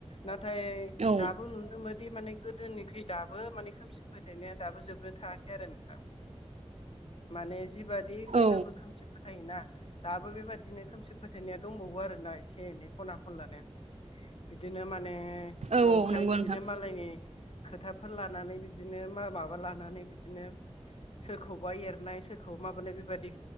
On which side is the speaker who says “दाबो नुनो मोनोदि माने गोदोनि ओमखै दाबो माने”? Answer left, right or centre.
Left